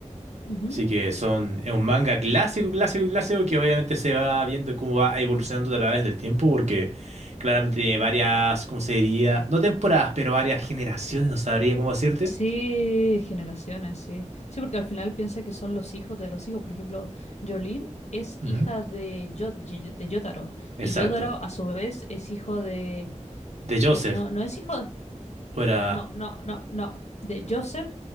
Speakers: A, on the left; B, on the right.
A: ujú.
B: Así que son, es un manga clásico, clásico, clásico que obviamente se va viendo cómo va evolucionando a través del tiempo porque claramente tiene varias, ¿cómo se diría? No temporadas, pero varias generaciones, no sabría cómo decirte.
A: Sí, generaciones, sí. Sí, porque al final piensa que son los hijos de los hijos. Por ejemplo, Jolene es
B: Ujú.
A: hija de, Yo- Ye- de Jotaro.
B: Exacto.
A: Y Jotaro, a su vez, es hijo de...
B: De Joseph.
A: No, no es hijo...
B: O era,
A: No, no, no, no. De Joseph.